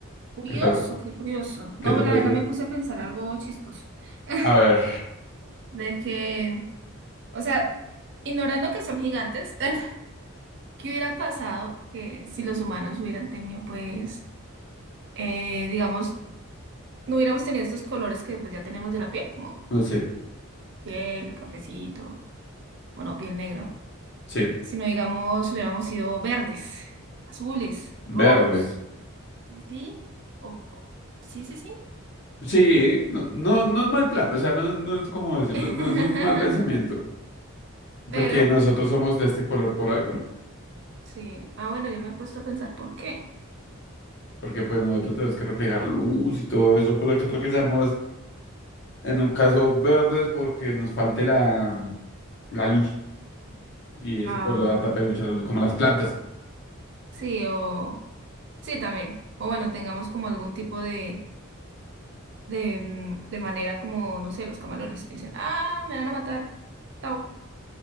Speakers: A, on the right (about 55°); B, on the left (about 55°).
A: curioso,
B: ¿qué tal?
A: qué curioso.
B: ¿Qué
A: No,
B: te
A: pero
B: pareció?
A: la verdad me puse a pensar algo chistoso. <laughs>
B: A ver,
A: De que, o sea, ignorando que son gigantes, <laughs> ¿qué hubiera pasado que si los humanos hubieran tenido, pues, eh, digamos, no hubiéramos tenido estos colores que pues ya tenemos de la piel, como
B: no sé,
A: piel, cafecito, bueno, piel negra?
B: sí,
A: sino digamos, hubiéramos sido verdes, azules,
B: verdes.
A: rojos. Sí, o, o- sí, sí, sí.
B: Sí, no, no, no es mal plan, o sea, no, no es como decirlo,
A: <laughs>
B: no es un mal pensamiento,
A: Pero,
B: porque nosotros somos de este color por algo, ¿no?
A: sí. Ah, bueno, yo no me he puesto a pensar por qué.
B: Porque pues nosotros tenemos que reflejar luz y todo eso, pero que tal que seamos en un caso verdes porque nos falte la, la luz y ese
A: Ah,
B: color atrapa mucho la luz, como las plantas.
A: sí, o... Sí, también. O bueno, tengamos como algún tipo de, de, mm, de manera como, no sé, los camalones que dicen, ah, me van a matar, chao,